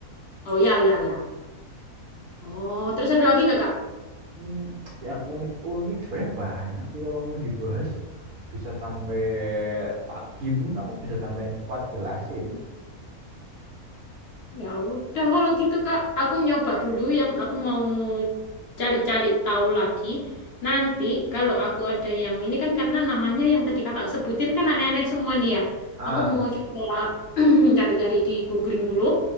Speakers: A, on the left; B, on the right.
A: Oh, ya, ya, ya. Oh, terus ada lagi nggak, Kak?
B: Hmm, yang unik-unik sebenarnya banyak sih kalau mau dibahas bisa sampai pagi pun aku bisa sampai kuat jelasin.
A: Ya udah kalau gitu Kak, aku nyoba dulu yang aku mau cari-cari tahu lagi. Nanti kalau aku ada yang ini kan karena namanya yang tadi Kakak sebutin kan aneh-aneh semua nih ya.
B: Ah,
A: Aku mau coba <clears throat> cari-cari di googling dulu.